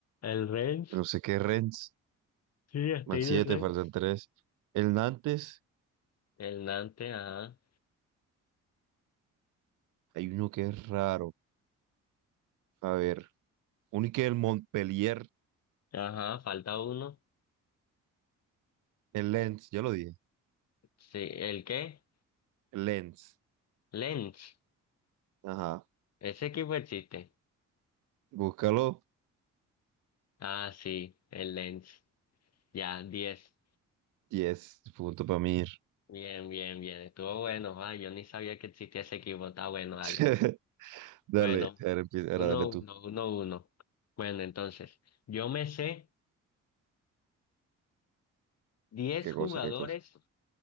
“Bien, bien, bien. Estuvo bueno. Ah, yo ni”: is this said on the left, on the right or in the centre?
Left